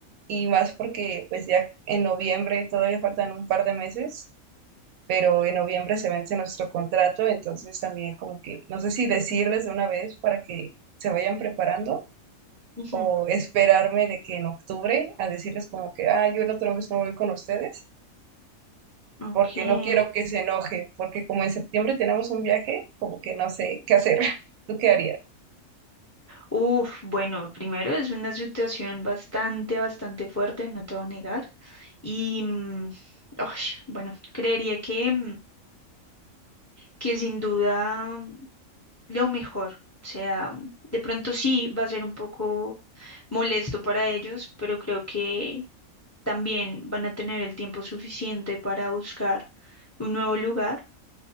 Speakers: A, on the right; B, on the left.
A: y más porque pues ya en noviembre todavía faltan un par de meses, pero en noviembre se vence nuestro contrato, entonces también como que no sé si decirles de una vez para que se vayan preparando
B: ujú,
A: o esperarme de que en octubre a decirles como que, ah, yo el otro mes no voy con ustedes
B: ok.
A: porque no quiero que se enoje, porque como en septiembre tenemos un viaje, como que no sé qué hacer. <laughs> ¿Tú qué harías?
B: Uf, bueno, primero es una situación bastante, bastante fuerte, no te voy a negar. Y, mm, ay, bueno, creería que... mm, que sin duda mm, lo mejor. O sea, de pronto sí va a ser un poco molesto para ellos, pero creo que también van a tener el tiempo suficiente para buscar un nuevo lugar